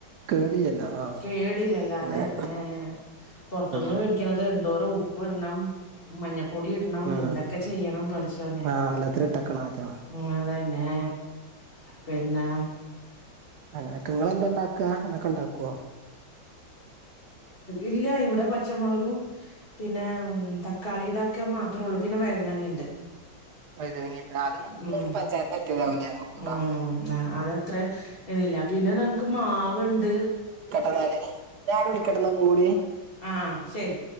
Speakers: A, on the right; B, on the left.
A: കേടില്ലല്ലോ ആഹ്
B: കേടില്ലല്ലോ
A: അങ്ങനെ
B: അതെന്നെ പൊറത്തുന്ന്
A: ഉം
B: വേടിക്കണത് എന്തോ രം ഉപ്പ്ടണം മഞ്ഞപ്പൊടി ഇടണം
A: ഉം
B: എന്തൊക്കെ ചെയ്യണം പടച്ചോനെ
A: ആഹ് വെള്ളത്തിലിട്ടക്കണം ആദ്യം
B: ഉം അതന്നെ പിന്നെ
A: അങ്ങനെക്കെ ങ്ങളെന്താണ്ടാക്കാ അങ്ങനക്കെണ്ടാക്കോ
B: ഇല്ല ഇവിടെ പച്ചമുളകും പിന്നെ തക്കാളിടക്കെ മാത്രേള്ളു പിന്നെ വാഴുനങ്ങണ്ട്
A: വഴുതനങ്ങ ഇണ്ട് അത് മൂന്നും
B: ഉം
A: പഞ്ചായത്തിന് കിട്ടിയതാവുല്ലേ ഇങ്ങക്കും ഇണ്ടാവുല്ലേ
B: ഉം ആ അതെത്രെ ഇതില്ല പിന്നെ നങ്ങക്ക് മാവ്ണ്ട്
A: അതാല്ലേ ഞാന് വിളിക്കട്ടേ ന്നും കൂടി
B: ആ ശരി